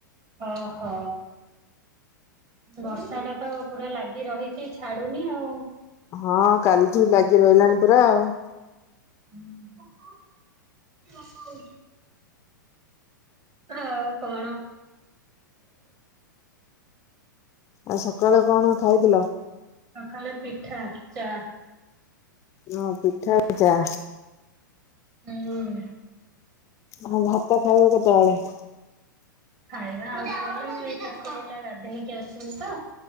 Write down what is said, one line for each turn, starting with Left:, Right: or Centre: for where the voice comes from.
Right: ଅ ହ। ବର୍ଷାଟା ତ ପୁରା ଲାଗି ରହିଚି ଛାଡୁନି ଆଉ।
Left: ହଁ କାଲିଠୁ ଲାଗି ରହିଲାଣି ପୁରା ଆଉ।
Right: ଉଁ ଆଉ କଣ?
Left: ଆଉ ସକାଳେ କଣ ଖାଇଥିଲ?
Right: ସଖାଳେ ପିଠା ଚା।
Left: ର ପିଠା ଚା।
Right: ଉଁ।
Left: ଆଉ ଭାତ ଖାଇବ କେତଳେ?
Right: ଖାଇବା ଆଉ ଟିଏ ଗଲେ ମୁଁ ଏଇ ଟିକେ ହେଲା ଗାଧେଇକି ଆସିଲି ତ